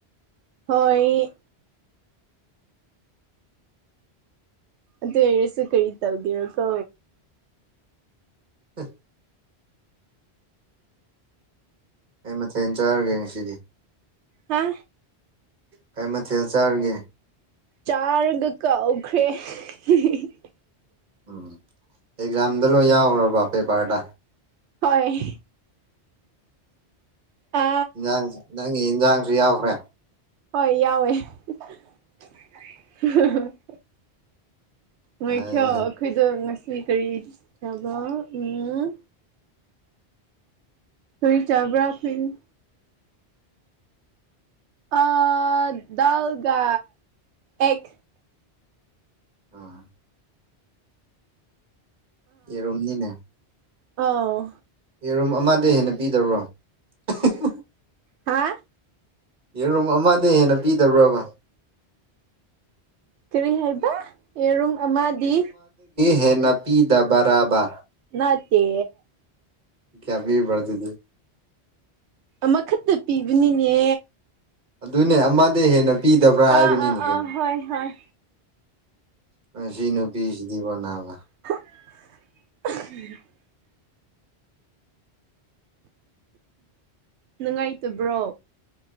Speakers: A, on the right; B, on the right.
A: ꯍꯣꯏ ꯑꯗꯨ ꯑꯣꯏꯔꯁꯨ ꯀꯔꯤ ꯇꯧꯒꯦꯔ ꯀꯣ
B: ꯍ ꯀꯩ ꯃꯊꯦꯟ ꯆꯥꯔꯒꯦ ꯉꯁꯤꯗꯤ
A: ꯍꯥ
B: ꯀꯩ ꯃꯊꯦꯜ ꯆꯥꯔꯒꯦ
A: ꯆꯥꯔꯒ ꯀꯥꯎꯈ꯭ꯔꯦ <unintelligible>
B: ꯎꯝ ꯑꯦꯛꯖꯥꯝꯗ ꯂꯣꯏ ꯌꯥꯎꯒ꯭ꯔꯕ ꯄꯦꯄ꯭ꯔꯗ
A: ꯍꯣꯏ ꯑ
B: ꯏꯟꯖꯥꯡ ꯅꯪꯒꯤ ꯏꯟꯖꯥꯡꯁꯨ ꯌꯥꯎꯈ꯭ꯔꯦ
A: ꯍꯣꯏ ꯌꯥꯎꯋꯦ <unintelligible> ꯉꯥꯢꯈꯤꯌꯣ
B: ꯌꯥꯏꯌꯦ
A: ꯑꯈꯣꯢꯗꯣ ꯉꯁꯤ ꯀꯔꯤ ꯆꯥꯕꯔꯥ ꯑꯝ ꯀꯔꯤ ꯆꯕ꯭ꯔꯥ <unintelligible> ꯑꯥ ꯗꯥꯜꯒ ꯑꯦꯛ
B: ꯑꯥ ꯌꯦꯔꯨꯝꯅꯤꯅꯦ
A: ꯑꯥꯎ
B: ꯌꯦꯔꯨꯝ ꯑꯃꯗꯩ ꯍꯦꯟꯅ ꯄꯤꯗꯕ꯭ꯔꯣ <unintelligible>
A: ꯍꯥ
B: ꯌꯦꯔꯨꯝ ꯑꯃꯗꯩ ꯍꯦꯟꯅ ꯄꯤꯗꯕ꯭ꯔꯥꯕ
A: ꯀꯔꯤ ꯍꯥꯏꯕ ꯌꯦꯔꯨꯝ ꯑꯃꯗꯤ
B: ꯍꯦꯟꯅ ꯄꯤꯗꯕꯔꯕ
A: ꯅꯠꯇꯦ
B: ꯀꯌꯥ ꯄꯤꯔꯤꯕꯗꯨꯗꯤ
A: ꯑꯃꯈꯠꯇ ꯄꯤꯕꯅꯤꯅꯦ
B: ꯑꯗꯨꯅꯦ ꯑꯃꯗꯩ ꯍꯦꯟꯅ ꯄꯤꯗꯕ꯭ꯔꯥ
A: ꯑꯥ
B: ꯍꯥꯏꯕꯅꯤꯅꯦꯍꯦ
A: ꯑꯥ ꯑꯥ ꯍꯣꯏ ꯍꯣꯏ
B: ꯃꯁꯤ ꯅꯨꯄꯤꯁꯤꯗꯤꯕ ꯅꯥꯕ
A: <unintelligible> ꯅꯨꯡꯉꯥꯏꯇꯕ꯭ꯔꯣ